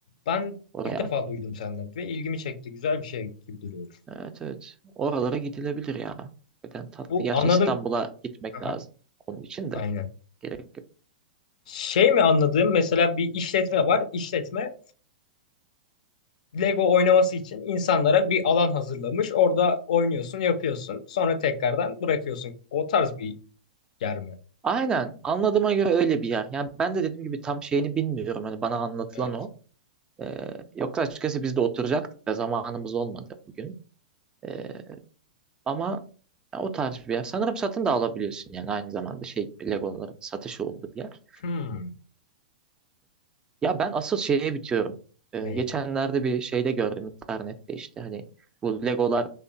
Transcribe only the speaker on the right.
oraya.
Evet evet. Oralara gidilebilir ya. Neden tatlı.
Gerçi
İstanbul'a gitmek
lazım. Onun için de
gerek yok.
Aynen. Anladığıma göre öyle bir yer. Yani ben de dediğim gibi tam şeyini bilmiyorum. Hani bana anlatılan
o. Ee, yoksa açıkçası biz de oturacaktık da zamanımız olmadı bugün. Ee, ama ya o tarz bir yer. Sanırım satın da alabiliyorsun yani aynı zamanda şey gibi Legoların satışı olduğu bir yer.
Ya ben asıl şeye bitiyorum. Ee,
geçenlerde bir şeyde gördüm internette işte hani bu Legolar